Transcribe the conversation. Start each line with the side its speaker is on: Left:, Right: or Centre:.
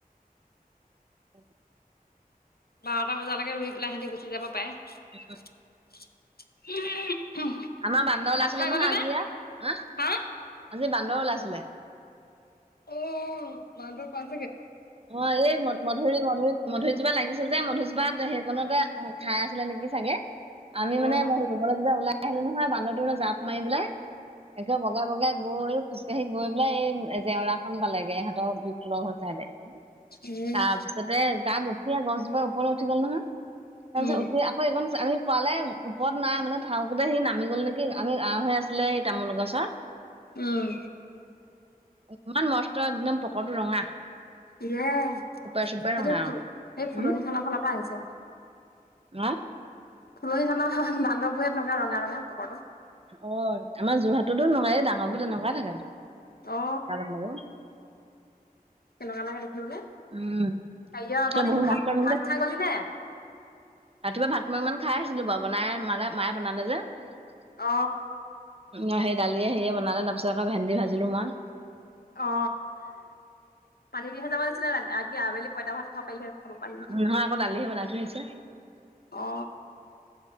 Right: <inaudible>
Left: বাৰটা বজালৈকে ৰুই পেলাই সিহঁতি গুচি যাব পাৰে।
Right: <unintelligible>
Left: <unintelligible>
Right: আমাৰ বান্দৰ ওলাইছিলে
Left: ভাত খাই
Right: নহয়
Left: গলি
Right: আজি
Left: নে
Right: ইয়াত হ'
Left: হা
Right: আজি বান্দৰ ওলাইছিলে।
Left: অ, বান্দৰ পা
Right: অ, এই মধ-মধুুৰি মধুৰি মধুৰৰিজোপা লাগিছে যে মধুৰজোপাত সে কোনোমতে খাই আছিলে নেকি চাগে আমি মানে
Left: অ
Right: হে কবলৈ যেতিয়া ওলাই আহিলো নহয় বান্দৰটো মানে জাপ মাৰি পেলাই একে বগাই-বগাই গৈ খোজ তে হেই গৈ পেলাই এই জেওৰাখন পালেগে ইহতৰ বিপুলৰ ঘৰত ছাইদে।
Left: উম
Right: তাৰ পিছতে তাত উঠিয়ে গছজোপাৰ ওপৰলৈ উঠি গ'ল নহয়। তাৰপিছত
Left: উম
Right: উঠি আকৌ এইখনচ আমি পোৱালে ওপৰত নাই মানে ধাউকিপা সি নামি গল নেকি আমি আ হৈ আছিলে সি তামোল গছৰ।
Left: উম,
Right: ইমান মস্ত একদম পকৰটো ৰঙা।
Left: ইয়ে
Right: চুপে চুপে
Left: সেইটো
Right: ৰঙা
Left: ফুল
Right: আৰু।
Left: সে ফুলনিখনৰ
Right: উম
Left: ফালৰ পৰা আহিছে।
Right: অ
Left: ফুলনি চানৰ বান্দবোৰে তেনেকুৱা ৰঙা -ৰঙা পুকৰটো।
Right: অ, আমাৰ যোৰহাটতো এনেকুৱাই ডাঙৰ বোৰ তেনেকুৱাই থাকে।
Left: অ,
Right: বান্দৰবোৰ
Left: কেনেকুৱা লাগে দে কি বোলে
Right: উম
Left: কাইলে অ, তহঁতি
Right: বহুত
Left: ভাত-ভাত
Right: মস্ত গোন্ধ
Left: খাই গলি নে?
Right: ৰাতিপুৱা ভাত <unintelligible> মান খাই আহিছিলো বাৰু বনাই মালে মায়ে বনালে যে উম,
Left: অ
Right: অ সেই দালিয়ে হেয়ে বনালে তাৰ পিছত আকৌ ভেন্দি ভাজিলো মই
Left: অ পানী দিহ যাব লাগছিলেি আবেলি পইতা ভাত খাব পাৰিলে খাব পাৰিলিহেঁতেন।
Right: নহয় আকৌ দালিহে বনাই থৈছে।
Left: অ